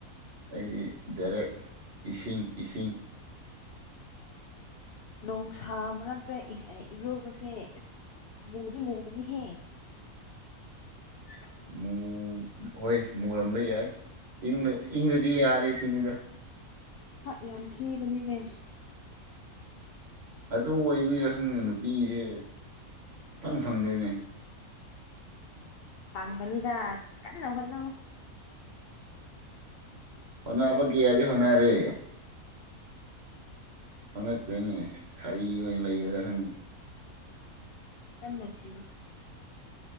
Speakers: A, on the right; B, on the left.
A: ꯑꯩꯗꯤ ꯗꯥꯏꯔꯦꯛ ꯏꯁꯤꯡ ꯏꯁꯤꯡ
B: ꯅꫭꯡꯁꯥ ꯃꯔꯛ ꯇ ꯏꯁ ꯑ ꯏꯔꯨꯕꯁꯦ ꯏꯁꯁ ꯃꯨꯗꯤ ꯃꯨꯕꯅꯤꯍꯦ꯫ <unintelligible> <unintelligible>
A: ꯃꯨ ꯍꯣꯏ ꯃꯨꯔꯝꯕ ꯌꯥꯏ ꯏꯪꯔ ꯏꯪꯔꯗꯤ ꯌꯥꯔꯦ ꯁꯤꯅꯤꯗ꯫
B: ꯁꯥꯛ ꯌꯥꯝ ꯊꯤꯕꯅꯤꯅꯦ꯫
A: ꯑꯗꯨ ꯑꯣꯏꯕꯤꯔꯥ ꯈꯪꯗꯦ ꯅꯨꯄꯤꯁꯦ ꯐꯪ ꯐꯪꯗꯦꯅꯦ꯫
B: ꯐꯪꯒꯅꯤꯗ ꯀꯟꯅ ꯍꫭꯠꯅꯧ꯫
A: ꯍꫭꯠꯅꯕ ꯀꯌꯥꯗꯤ ꯍꫭꯠꯅꯥꯔꯦ꯫ ꯐꯪꯒꯉꯛꯇ꯭ꯔꯦꯅꯦ ꯁꯥꯔꯤ ꯑꯣꯏꯅ ꯂꯩꯒꯗ꯭ꯔꯥ ꯈꯪꯗꯦ꯫
B: ꯀꯟꯅ ꯊꯤꯌꯨ